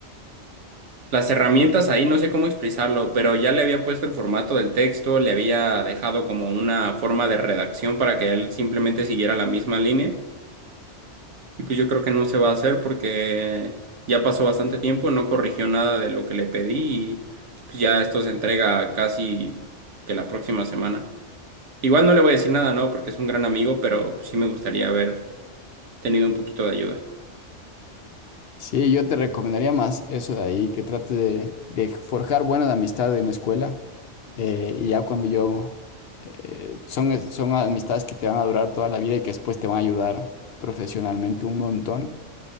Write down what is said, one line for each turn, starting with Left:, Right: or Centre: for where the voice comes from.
Right: Las herramientas ahí no sé cómo expresarlo, pero ya le había puesto el formato del texto, le había dejado como una forma de redacción para que él simplemente siguiera la misma línea. Y pues yo creo que no se va a hacer porque ya pasó bastante tiempo, no corrigió nada de lo que le pedí y pues ya esto se entrega casi que la próxima semana. Igual no le voy a decir nada, ¿no? Porque es un gran amigo, pero sí me gustaría haber tenido un poquito de ayuda.
Left: Sí, yo te recomendaría más eso de ahí, que trate de, de forjar buenas amistades en la escuela. eh, y ya cuando yo... eh, son, son amistades que te van a durar toda la vida y que después te van a ayudar profesionalmente un montón.